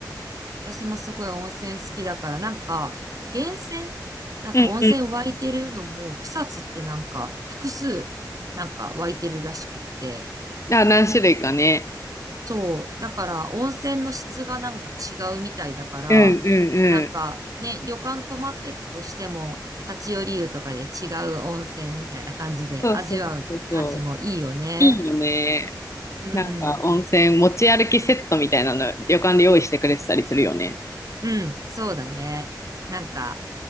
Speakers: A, on the right; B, on the left.
A: 私もすごい温泉好きだから、なんか源泉、なんか温泉湧いてるのも草津ってなんか複数なんか湧いてるらしくって。
B: うんうん。あ、何種類かね。
A: そう。だから温泉の質がなんか違うみたいだから、
B: うんうんうん。
A: なんかね、旅館泊まってたとしても、立ち寄り湯とかで違う温泉みたいな感じで味わう感じもいいよね。
B: そうそうそうそう。いいよね。
A: うん。
B: なんか温泉持ち歩きセットみたいなの旅館で用意してくれてたりするよね。
A: うん、そうだね。なんか、